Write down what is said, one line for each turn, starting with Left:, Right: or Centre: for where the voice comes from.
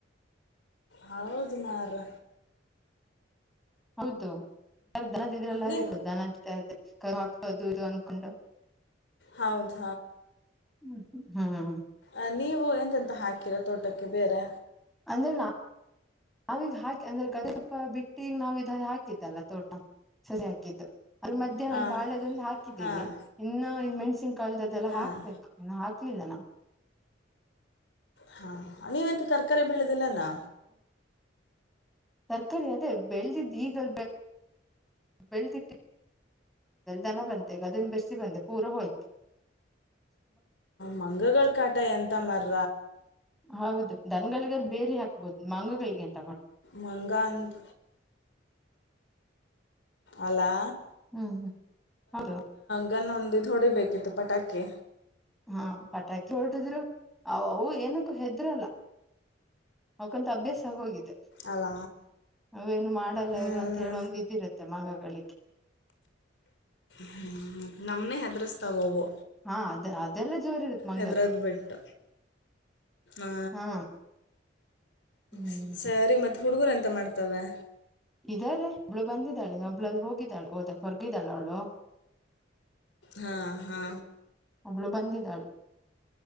Left: ಹೌದ ನರ
Centre: ಹೌದು ದನದಿದ್ರಲ್ಲಾರ
Left: ನೀ
Centre: ಇ ದನ <inaudible> ಹಾದು ಇದು ಅನ್ಕೊಂಡು
Left: ಹೌದು
Centre: ಹ್ಮ ಹ್ಮ ಹ್ಮ್
Left: ಅ ನೀವು ಎಂತೆಂತ ಹಾಕಿರ ತೋಟಕ್ಕೆ ಬೇರೆ
Centre: ಅಂದ್ರೆ ನಾ ನಾವೀಗ ಹಾಕಿ ಅಂದ್ರೆ ಗದ ಸ್ವಲ್ಪ ಬಿಟ್ಟಿಗ ನಾವ ಇದ ಹಾಕಿದ್ದಲ್ಲ ತೋಟ ಸರಿ ಹಾಕಿದ್ದು ಅವ್ರ ಮಧ್ಯ್ಯಾಹ
Left: ಹಾಂ
Centre: ಒಂದ್ ಬಾಳದೊಂದು ಹಾಕಿದ್ದೀವಿ
Left: ಹಾಂ
Centre: ಇನ್ನು ಮೆಣಸ ಕಳದ್ದದೆಲ್ಲ
Left: ಹಾಂ
Centre: ಹಾಕ್ಬೇಕು ಇಲ್ಲ ನ
Left: ಹಾ ನೀವೆಂತ ತರಕ ಸಕ್ಕರೆ ಬೀಳುದಿಲ್ಲನಾ
Centre: ತರ್ಕಾರಿ ಅದೇ ಬೆಳೆದಿದ್ದು ಈಗ ಬೆಳ್ದಿಟ್ ದನ ಬಂತೆ ಈಗ ಅದ ಬೆಸಿ ಬಂದೆ ಪೂರ ಹೋಯ್ತು
Left: ಮಂಗಗಳ ಕಾಟ ಎಂತ ಮರ
Centre: ಹೌದು ದನಗಳಿಗರ್ ಬೇರಿ ಹಾಕ್ಬೋದು ಮಂಗ ಗಳ್ಗೆ ನ್
Left: ಮಂಗನ್ಡ್ ಅಲಾ
Centre: ಹ್ಮ್ ಹ್ಮ್ ಹೌದು
Left: ಗನ್ ಒಂದಿದ್ ಹೊಡಿಬೇಕಿತ್ತು ಪಟಾಕಿ
Centre: ಹಾ ಪಟಾಕಿ ಹೊಡಿದ್ರು ಅವ್-ಅವು ಏನಕ್ಕೂ ಹೆದ್ರಲ್ಲ ಅವ್ಕಂತು ಅಭ್ಯಾಸ ಆಗೋಗಿದ್ದೆ
Left: ಅಲ್ಲ
Centre: ಅವೇನು ಮಾಡಲ್ಲ
Left: ಹ್ಞೂ
Centre: ಇವ್ರು ಅಂತ್ಹೇಳ್
Left: ಹ್ಞೂ
Centre: ಒಂದಿದಿರತ್ತೆ ಮಂಗಗಳಿಗೆ
Left: ಹ್ಮ್ ನಮ್ನೆ ಹೆದ್ರಿಸ್ತಾವವು
Centre: ಹಾ ಅದ್ ಅದೆಲ್ಲ ಜೋರ್ ಇರುತ್ ಮಂಗತ್
Left: ಹೆದ್ರದ್ಬಿಟ್ ಆಆ
Centre: ಹಾ ಹ್ಮ್
Left: ಸ್-ಸರಿ ಮತ್ ಹುಡ್ಗುರೆಂತ ಮಾಡ್ತವೆ
Centre: ಇದಾರೆ ಒಬ್ಳು ಬಂದಿದ್ದಾಳಿನ್ನೊಬ್ಳು ಹೋಗಿದ್ದಾಳ್ ಓದ ಹೊರ್ಗಿದ್ದಾಳವ್ಳು
Left: ಹಾ ಹಾ
Centre: ಒಬ್ಳು ಬಂದಿಳೆ